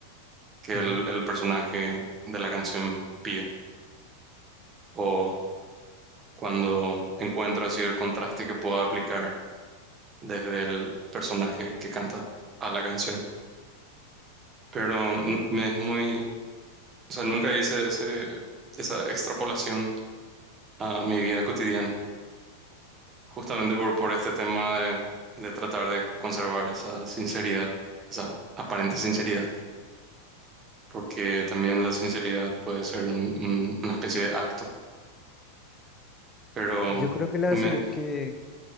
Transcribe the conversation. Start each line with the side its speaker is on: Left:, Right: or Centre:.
Right: que
Left: Ujú.
Right: el, el personaje de la canción pide, o cuando encuentro así el contraste que puedo aplicar desde el personaje que canta a la canción. pero mm, me es muy, o sea, nunca hice ese, esa extrapolación a mi vida cotidiana, justamente por, por este tema de, de tratar de conservar esa sinceridad, esa aparente sinceridad, porque también la sinceridad puede ser un- un- una especie de acto, pero
Left: Yo creo que la
Right: me,
Left: si- que